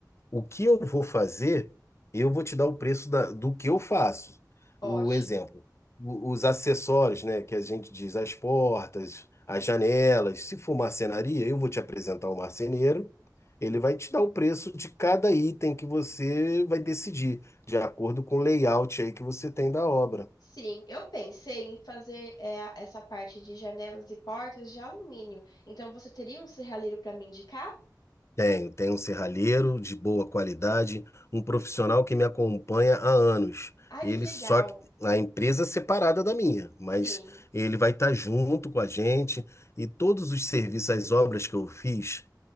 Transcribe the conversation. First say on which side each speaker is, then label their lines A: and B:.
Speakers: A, on the left; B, on the left.
A: O que eu vou fazer, eu vou te dar o preço da- do que eu faço.
B: Ótimo.
A: O exemplo, o- os acessórios, né, que a gente diz, as portas, as janelas. Se for marcenaria, eu vou te apresentar o marceneiro. Ele vai te dar o preço de cada item que você vai decidir, de acordo com o layout aí que você tem da obra.
B: Sim, eu pensei em fazer é, a- essa parte de janelas e portas de alumínio. Então você teria um serralheiro para me indicar?
A: Tenho, tenho um serralheiro de boa qualidade, um profissional que me acompanha há anos.
B: Ai,
A: Ele
B: que legal.
A: só que- a empresa é separada da minha, mas
B: Sim.
A: ele vai estar junto com a gente e todos os serviços, as obras que eu fiz,